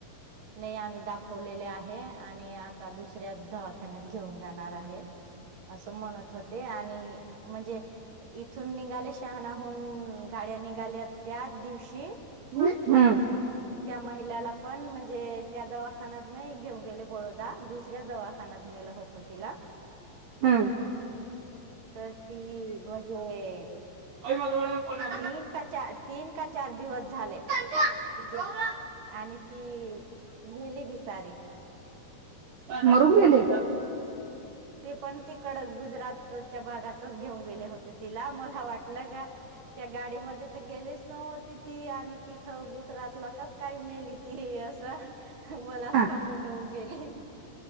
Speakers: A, on the right (about 45°); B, on the right (about 65°).
A: नाही आम्ही दाखवलेले आहे. आणि आता दुसऱ्या दवाखान्यात घेऊन जाणार आहे. असं म्हणत होते. आणि म्हणजे इथून निघाले. शहाणाहून गाड्याव निघाल्यात त्याच दिवशी
B: हम्म.
A: त्या महिलाला पण म्हणजे, त्या दवाखान्यात नाही घेऊन गेले. बोडो दा. दुसऱ्या दवाखान्यात नेलं होत तिला.
B: हम्म
A: तर ती म्हणजे
B: अ मझला मग पला
A: तीन का चार तीन का चार दिवस झाले
B: <inaudible>
A: आणि ती ललेली बि सारी
B: मरून गेले
A: तेी पण ती कडक गुजरातच्या भागातच घेऊन गेले होते तिला मला वाटलं का त्या गाडीमध्ये तर गेलीच नव्हती ती आणि तिथं गुजरातला कस काही मेली ती असं मलाच
B: हा
A: घाबरटऊ गेली